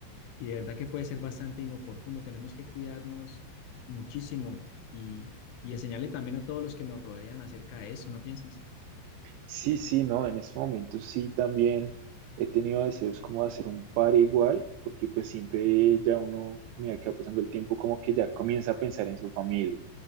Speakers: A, on the left; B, on the right.
A: y de verdad que puede ser bastante inoportuno. Tenemos que cuidarnos muchísimo y, y enseñarle también a todos los que nos rodean acerca de eso, ¿no piensas?
B: Sí, sí, no, en este momento sí también he tenido deseos como de hacer un par igual, porque pues siempre ya uno, mira que va pasando el tiempo, como que ya comienza a pensar en su familia,